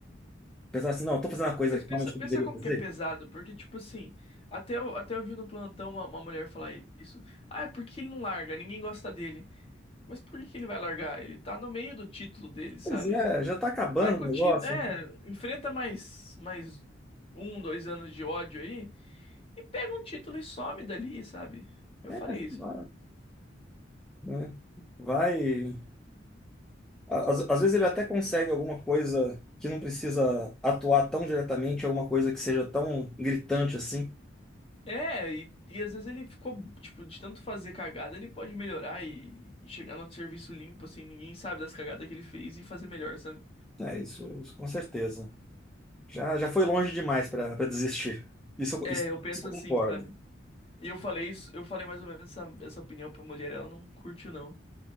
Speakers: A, in the centre; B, on the left.
A: Pensar assim, não, eu tô fazendo uma coisa
B: Mas
A: que
B: pensa,
A: realmente
B: pensa
A: eu deveria
B: como
A: fazer.
B: que é pesado, porque, tipo assim, até eu, até eu vi no plantão uma, uma mulher falar isso. Ah, é porque ele não larga, ninguém gosta dele. Mas por que que ele vai largar? Ele tá no meio do título dele, sabe?
A: Pois é, já tá acabando
B: Sai com
A: o negócio.
B: o título, é, enfrenta mais, mais um, dois anos de ódio aí, e pega um título e some dali, sabe? Eu
A: né?
B: farei
A: É, sei
B: isso.
A: lá, né? Vai. Às, às vezes ele até consegue alguma coisa que não precisa atuar tão diretamente, alguma coisa que seja tão gritante assim.
B: É, e, e às vezes ele ficou, tipo, de tanto fazer cagada, ele pode melhorar e, e chegar no serviço limpo, assim, ninguém sabe das cagadas que ele fez e fazer melhor, sabe?
A: É, isso, isso com certeza. Já, já foi longe demais para desistir. Isso, eu-
B: É,
A: isso,
B: eu penso
A: isso eu
B: assim,
A: concordo.
B: sabe? E eu falei isso, eu falei mais ou menos essa, essa opinião pra mulher, ela não curtiu, não. O